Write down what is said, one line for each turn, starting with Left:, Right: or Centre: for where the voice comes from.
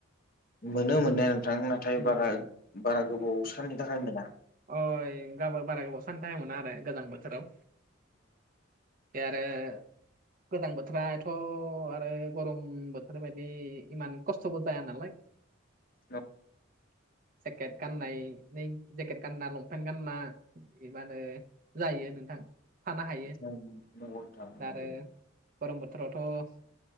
Left: मोनो मोननाय नोंथां नाथाय
Right: उम
Left: बारा बारा गोबाव साननि थाखाय मोना
Right: अइ गाबा बारा गोबाव <unintelligible> मोना आरो गोजां बोथोराव आरो गोजां बोथोर एथ' आरो गरम बोथोर बायदि इमान खस्थबो जाया नालाय
Left: <unintelligible>
Right: जेकेट गाननाय नै जेकेट गानना लंपेन्ट गानना ए मा होनो जायो नोंथां थानो हायो
Left: नोंथां नंगौ नंगौ नोंथां नंगौ
Right: आरो गरम बोथोरावथ'